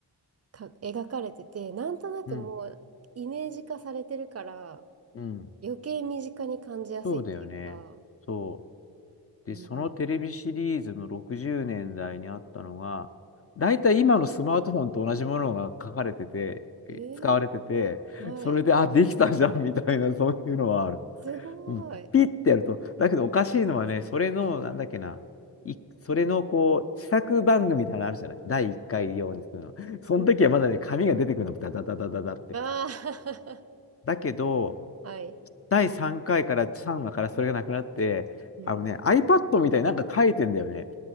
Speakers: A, on the right; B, on the left.
A: か描かれてて、なんとなくもうイメージ化されてるから、
B: うん。うん。
A: 余計身近に感じやすいっていうか、
B: そうだよね。そう。
A: うんうん
B: で、そのテレビシリーズの60年代にあったのが、だいたい今のスマートフォンと同じものが書かれてて、え使われてて、
A: えー、はい、
B: それで、あ、できたじゃんみたいな、そういうのはある。
A: すごい。
B: うん、ピッてやると。だけどおかしいのはね、それの、なんだっけな、い、それのこう、試作番組みたいなのあるじゃない第1回用に作るの。その時はまだね、
A: うん。
B: 紙が出てくるの、ダダダダダダって。
A: ああ、
B: だけど、
A: <laughs> はい。
B: 第3回かいから3話からそれがなくなって、
A: うん。
B: あのね、iPad みたいになんか書いてんだよね。